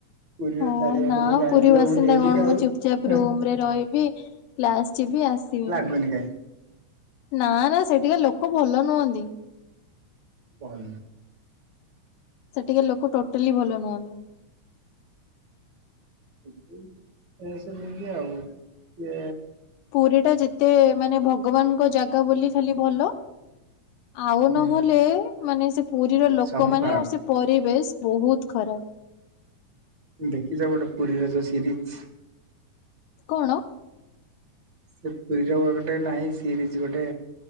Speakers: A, on the right (about 55°); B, on the left (about 80°).
A: ପୁରୀର
B: ହଁ
A: ଚାରିଆଡେ
B: ନା
A: ସବୁ ଜାଣିଯିବ
B: ପୁରୀ ବାସିନ୍ଦା
A: ବୁଲି ବୁଲିକି
B: କଣ
A: ଆଉ
B: ମୁଁ ଚୁପଚାପ
A: ହୁଁ
B: ରୁମରେ ରହିବି କ୍ଲାସ୍ ଯିବି ଆସିବି
A: <unintelligible> ହୁନି କାଇଁ
B: ନା ନା ସେଠିକା ଲୋକ ଭଲ ନୁହନ୍ତି
A: ଭଲ
B: ସେଠିକା ଲୋକ ଟୋଟାଲି ଭଲ ନୁହଁନ୍ତି।
A: <unintelligible> ସେମିିକ ଆଉ ଯେ
B: ପୁରୀ ଟା ଯେତେ ମାନେ ଭଗବାନ ଙ୍କ ଜାଗା ବୋଲି ଖାଲି ଭଲ ଆଉ
A: ହୁଁ
B: ନହେଲେ ମାନେ ପୁରୀର ଲୋକମାନେ
A: ସବୁ ଖରାପ
B: ଆ ସେ ପରିବେଶ ବହୁତ ଖରାପ
A: ଦେଖିଛ ଗୋଟେ ପୁରୀର ଯୋଉ ସିରିଜ
B: କଣ?
A: ସେ ପୁରୀର ଗୋଟେ ନାହିଁ ସିରିଜ୍ ଗୋଟେ